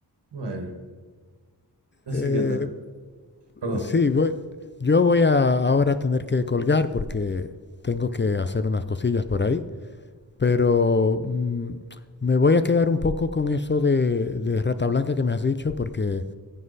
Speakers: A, on the right (about 70°); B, on the left (about 25°).
A: bueno, no sé
B: eh,
A: qué tal. Perdón.
B: sí, voy- yo voy a ahora a tener que colgar porque tengo que hacer unas cosillas por ahí, pero mm, me voy a quedar un poco con eso de, de Rata Blanca que me has dicho, porque